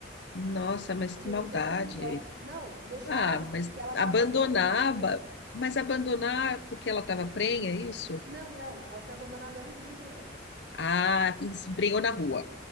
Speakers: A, on the left (about 70°); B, on the right (about 75°).
A: Nossa, mas
B: Porque
A: que maldade.
B: ficou com dó. Não, deixaram,
A: Ah, mas
B: porque ela estava
A: abandonar,
B: solta na rua.
A: ba- mas abandonar porque ela estava prenha, é isso?
B: Não, não. Ela foi abandonada antes de emprenhar.
A: Ah, e se prenhou na rua.